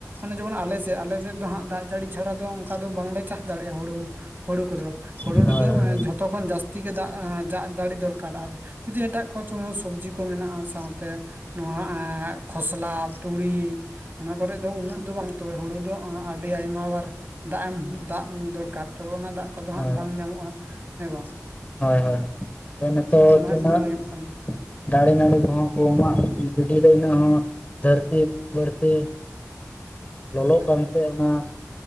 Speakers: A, on the right (about 40°); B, on the left (about 30°).
A: ᱢᱟᱱᱮ ᱡᱮᱢᱚᱱ ᱟᱞᱮ ᱥᱮᱫ ᱟᱞᱮ ᱥᱮᱫ ᱫᱚ ᱦᱟᱸᱜ ᱫᱟᱜ ᱡᱟᱹᱲᱤ ᱪᱷᱟᱲᱟ ᱚᱱᱠᱟ ᱫᱚ ᱵᱟᱝᱞᱮ ᱪᱟᱥ ᱫᱟᱲᱮᱭᱟᱜᱼᱟ ᱦᱩᱲᱩ, ᱦᱩᱲᱩ ᱠᱚᱫᱚ ᱦᱩᱲᱩ
B: ᱦᱳᱭ ᱦᱳᱭ
A: ᱨᱮᱫᱚ ᱡᱚ ᱛᱚ ᱛᱚᱠᱷᱚᱱ ᱡᱟᱹᱥᱛᱤ ᱜᱮ ᱫᱟᱜ ᱫᱟᱜ ᱡᱟᱲᱤ ᱫᱚᱨᱠᱟᱨ ᱟᱨ ᱡᱩᱫᱤ ᱮᱴᱟᱜ ᱠᱚᱪ ᱥᱚᱵᱡᱤ ᱠᱚ ᱢᱮᱱᱟᱜᱼᱟ ᱥᱟᱶᱛᱮ, ᱱᱚᱣᱟ ᱮ ᱠᱷᱚᱥᱞᱟ ᱛᱩᱲᱤ, ᱚᱱᱟ ᱠᱚᱨᱮᱫ ᱫᱚ ᱩᱱᱟᱹᱜ ᱫᱚ ᱵᱟᱝ ᱛᱚᱵᱮ ᱦᱩᱲᱩ ᱫᱚ ᱟᱹᱰᱤ ᱟᱭᱢᱟ ᱵᱟᱨ ᱫᱟᱜ ᱮᱢ ᱫᱟᱜ ᱫᱚᱨᱠᱟᱨ ᱛᱚᱵᱮ ᱚᱱᱟ ᱫᱟᱜ ᱠᱚᱫᱚ
B: ᱦᱳᱭ
A: ᱦᱟᱸᱜ ᱵᱟᱝ ᱧᱟᱢᱚᱜᱼᱟ ᱦᱮᱸ ᱵᱟᱝ᱾
B: ᱦᱳᱭ ᱦᱳᱭ ᱱᱤᱛᱚᱜ
A: ᱚᱱᱟ
B: ᱛᱤᱱᱟᱹᱜ
A: ᱠᱚᱜᱮ ᱦᱩᱭᱩᱜ ᱠᱟᱱᱟ
B: ᱫᱟᱨᱮ ᱱᱟᱹᱲᱤ ᱠᱚᱦᱚᱸ ᱠᱚᱢᱟᱜ ᱜᱤᱰᱤ ᱫᱚ ᱤᱱᱟᱹᱜ ᱦᱚᱸ ᱫᱷᱟᱹᱨᱛᱤ ᱵᱟᱹᱲᱛᱤ ᱞᱚᱞᱚᱜ
A: ᱮᱠᱫᱚᱢ
B: ᱠᱟᱱᱛᱮ ᱚᱱᱟ